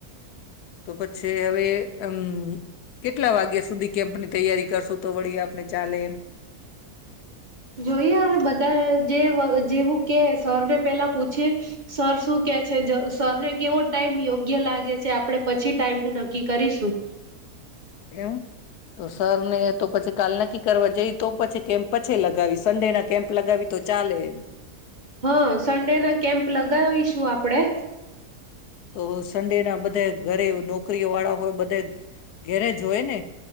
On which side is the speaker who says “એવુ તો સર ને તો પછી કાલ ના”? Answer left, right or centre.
Left